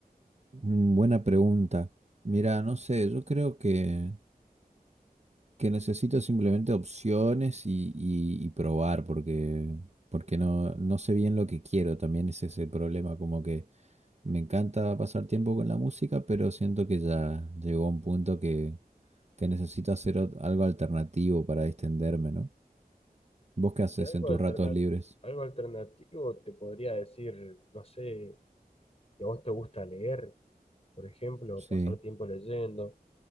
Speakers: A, on the right; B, on the left.
A: Mm, buena pregunta. Mira, no sé, yo creo que, que necesito simplemente opciones y, y- y probar porque, porque no, no sé bien lo que quiero, también es ese problema, como que me encanta pasar tiempo con la música, pero siento que ya llegó a un punto que, que necesito hacer ot- algo alternativo para distenderme, ¿no? ¿Vos qué
B: Y
A: haces
B: algo
A: en tus
B: alterna-
A: ratos libres?
B: algo alternativo te podría decir, no sé, si a vos te gusta leer, por ejemplo,
A: Sí,
B: pasar tiempo leyendo.